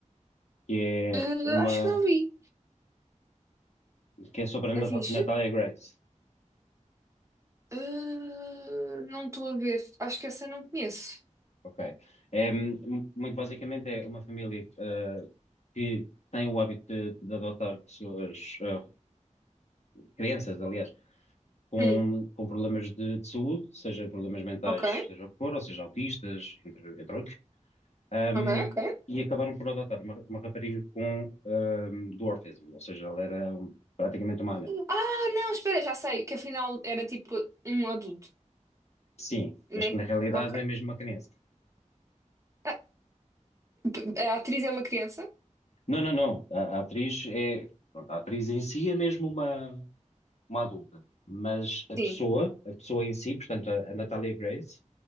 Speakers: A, on the left; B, on the right.
A: que
B: Eh,
A: é uma
B: acho que não vi.
A: que é sobre a Nat-
B: É fixe?
A: Natalia Grace.
B: Eh, não estou a ver. Acho que essa eu não conheço.
A: Ok. É, hum, muito basicamente é uma família uh, que tem o hábito de, de adotar pessoas, uh, crianças, aliás, com,
B: Hum,
A: com problemas de, de saúde, seja problemas mentais,
B: ok.
A: seja o que for, ou seja, autistas, entre, entre outros. Um,
B: Ok, ok.
A: e acabaram por adotar uma, uma rapariga com um, dwarfism, ou seja, ela era um- praticamente uma anã.
B: Ah, não, espera, já sei que afinal era tipo um adulto,
A: Sim,
B: né?
A: mas que na realidade
B: Ok.
A: é mesmo uma criança.
B: Ah, p- A atriz é uma criança?
A: Não, não, não. A, a atriz é, pronto, a atriz em si é mesmo uma, uma adulta, mas a pessoa,
B: Sim,
A: a pessoa em si, portanto, a, a Natalia Grace,